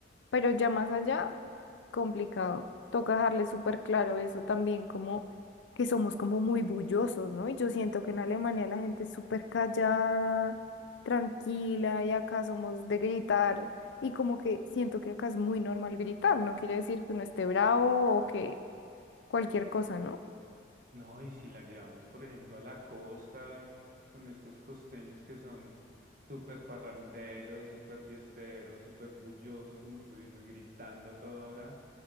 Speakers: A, on the left (about 75°); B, on the right (about 45°).
A: Pero ya más allá. complicado. Toca dejarle súper claro eso también, como que somos como muy bullosos, ¿no? Y yo siento que en Alemania la gente es súper callada, tranquila, y acá somos de gritar, y como que siento que acá es muy normal gritar, no quiere decir que uno esté bravo o que cualquier cosa, ¿no?
B: No, y si la llevamos, por ejemplo, a la costa con estos costeños que son súper parranderos, súper fiesteros, súper bullosos, como tú dices, gritando a toda hora,